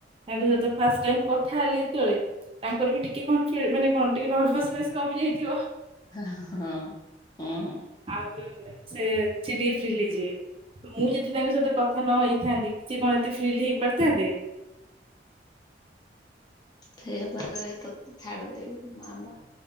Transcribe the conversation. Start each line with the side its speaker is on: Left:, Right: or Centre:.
Right: ତାଙ୍କ ସହିତ ଫାଷ୍ଟ ଟାଇମ କଥା ହେଲି ଯେତେବେଳେ ତାଙ୍କର ବି ଟିକେ କଣ ଫିଲ ମାନେ କଣ ଟିକେ ନର୍ଭସନେସ୍ କମି ଯାଇଥିବ।
Left: ହଁ ହଁ ହଁ।
Right: <unintelligible> ମୁଁ ଯଦି ତାଙ୍କ ସହିତ କଥା ନ ହେଇଥାନ୍ତି ସିଏ କଣ ଏତେ ଫିର୍ଲଡ ହେଇ ପାରିଥାନ୍ତେ।
Left: ଫେରେ ପା କହିବେ ତତେ ଛାଡିଦେବି ମାମା